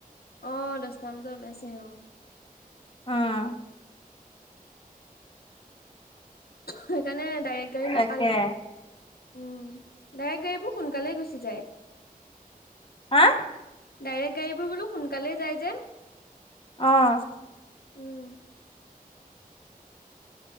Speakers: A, on the left; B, on the left.
A: অঁ' দছটামান বজাত ওলাইছেহে অঁ।
B: অঁ'
A: সেইকাৰণে ডাইৰেক্ট গাড়ী
B: তাকে
A: নাপালে। উম' ডাইৰেক গাড়ীবোৰ সোনকালে গুচি যায়।
B: হাঁ'
A: ডাইৰেক গাড়ীবোৰ বোলো সোনকালেই যায় যে।
B: অঁ'
A: উম,